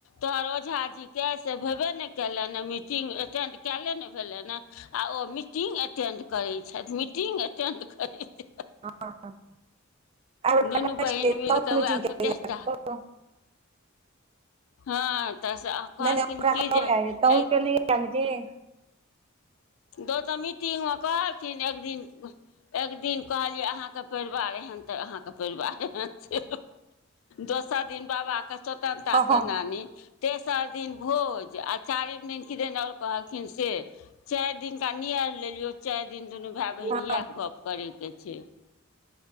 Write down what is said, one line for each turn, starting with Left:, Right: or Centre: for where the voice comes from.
Left: तोहर ओझा जी के से भेबे ने केले मीटंग अटेंड कयले भेलनि ह आ ओ मीटिंगटेंड करै छथि मीटिंगगेटेड करै छै
Right: ह
Left: दुनू
Right: <unintelligible>
Left: बहिन मिल कऽ वएह कुचेष्टा हाँ तऽ से कहलखिन
Right: नहि ओकरा
Left: की
Right: कहबै
Left: जे
Right: आइ तहूँ
Left: एक
Right: केलियै मीटिंग
Left: दोटा मीटिंग में कहलखिन एक दिन एक दिन कहलियै अहाँ के परिवार एहन तऽ अहाँ के परिवार एहन छै दोसर दिन बाबा कऽ स्वतंत्रता
Right: हँ
Left: सेनानी
Right: हँ
Left: तेसर दिन भोज आ चारिम दिन किदन आ और कहलखिन से चारि दिन का नैआइर लेलियै चारि दिन दुनू भैए बहिन
Right: हँ
Left: इएह गप करै के छै